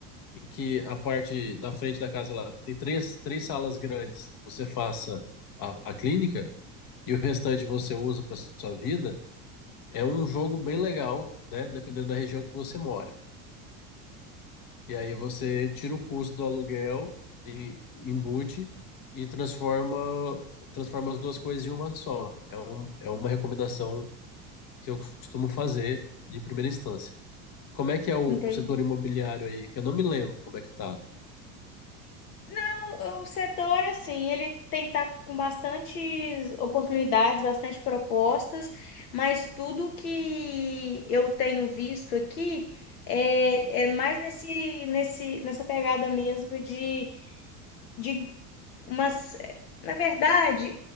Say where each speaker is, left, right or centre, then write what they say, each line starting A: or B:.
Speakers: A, on the left (about 45°); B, on the left (about 80°).
A: e que a parte da frente da casa lá tem três, três salas grandes, você faça a, a clínica e o restante você usa para sua vida, é um jogo bem legal, né? Dependendo da região que você mora. E aí você tira o custo do aluguel e embute e transforma, transforma as duas coisas em uma só. É um, é uma recomendação que eu costumo fazer de primeira instância. Como é que é o,
B: Entendi.
A: o setor imobiliário aí? Que eu não me lembro como é que tá.
B: Não, o setor, assim, ele tem tá com bastantes oportunidades, bastante propostas, mas tudo que eu tenho visto aqui é, é mais nesse, nesse, nessa pegada mesmo de, de umas. Na verdade,